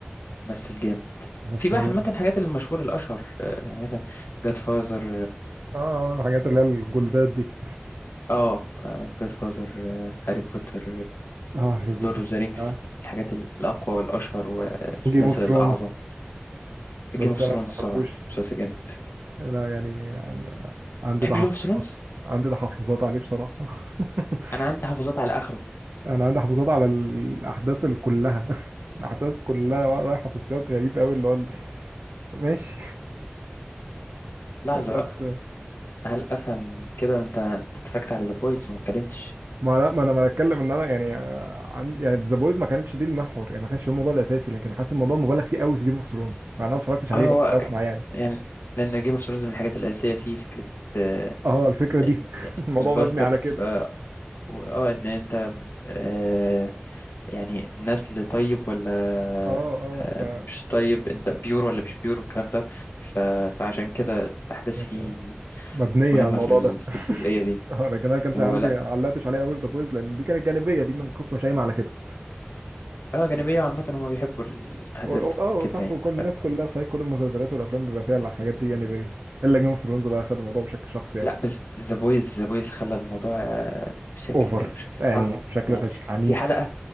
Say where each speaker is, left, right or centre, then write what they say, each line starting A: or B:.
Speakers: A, on the left; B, on the right.
A: ممثل جامد
B: بس
A: في بقى
B: اه
A: عامة الحاجات المشهورة الأشهر آه يعني مثلا جاد فازر
B: آه، الحاجات اللي هي الجولدات دي
A: اه جاد فازر هاري بوتر
B: اه هاري بوتر
A: لورد اوف ذا رينجز
B: اه
A: الحاجات الأقوى والأشهر والسلاسل
B: وجيم اوف ثرونز
A: الأعظم
B: بس
A: جيم اوف
B: انا
A: ثرونز
B: ما بحبوش
A: طبعا مسلسل جامد
B: انا يعني عندي
A: تحب
B: تحفظات
A: جيم اوف ثرونز
B: عندي تحفظات عليه بصراحة <laughs>
A: انا عندي حافظات على اخره
B: انا عندي تحفظات على الاحداث ال- كلها <laughs> الاحداث كلها رايحة في سياق غريب قوي اللي هو ال- ماشي <laughs>
A: لحظه
B: بس
A: بقى هل افهم من كده انت انت اتفرجت على ذا بويز وما اتكلمتش
B: ما لا ما انا ما اتكلم ان انا يعني عن يعني في ذا بويز ما كانتش دي المحور يعني ما كانش الموضوع الاساسي لكن حاسس الموضوع مبالغ فيه قوي في جيم اوف ثرونز مع ان انا ما اتفرجتش عليه
A: اه هو
B: بس هو بسمع يعني
A: يعني لان جيم اوف ثرونز من الحاجات الاساسيه فيه فكره آه،
B: اه الفكرة دي
A: ال-
B: <laughs> الموضوع
A: الباستردز
B: مبني على آه. كده
A: ف- و- اه ان انت آه، يعني نسل طيب ولا
B: اه اه
A: آه،
B: ف
A: مش طيب انت بيور ولا مش بيور والكلام ده ف- فعشان كده الاحداث
B: يعني
A: فيه
B: مبنية
A: مهمه
B: على الموضوع
A: في ال-
B: ده
A: في
B: <laughs>
A: الجزئيه دي
B: آه، لكن انا ما كانش
A: هو
B: عندي
A: لا
B: علقتش عليها قوي في ذا بويز لان دي كانت جانبيه دي من القصه شايمه على كده
A: اه جانبيه
B: يعني
A: وعامه هم بيحبوا الاحداث
B: و-
A: تكون
B: و- اه
A: كده
B: صح
A: يعني
B: وكل الناس كلها صحيح كل المسلسلات والافلام بيبقى فيها الحاجات دي جانبيه الا جيم اوف ثرونز بقى خد الموضوع بشكل شخصي
A: لا
B: قوي
A: بس ذا بويز ذا بويز خلى الموضوع آه، بشكل
B: اوفر
A: بشكل
B: يعني
A: صعب
B: بشكل
A: يعني
B: غش عنيف
A: في حلقة